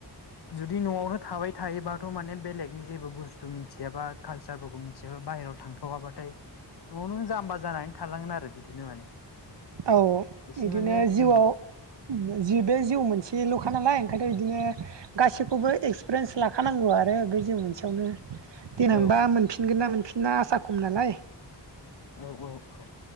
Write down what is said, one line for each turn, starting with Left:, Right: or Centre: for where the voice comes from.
Left: जुदि न'आवनो थाबाय थायोबाथ' माने बेलेगनि जेबो बुस्थु मिथियाबा कालसारफोरखौ मिथियाबा बाहेरायाव थांथ'वाबाथाय न'आवनो जाम्बा जानानै थालांगोन आरो बिदिनो माने
Right: औ
Left: एसे
Right: बिदिनो
Left: माने उम
Right: जिउआव जि बे जिउ मोनसे बे ल'खा नालाय ओंखायनो इदिनो गाैखौबो एक्सपिरियन्स लाखानां नांगौ आरो बे जों मोनसेयावनो देनांबा
Left: औ
Right: मोनफिनगोन ना मोनफि ना आसा खम नालाय
Left: औ औ औ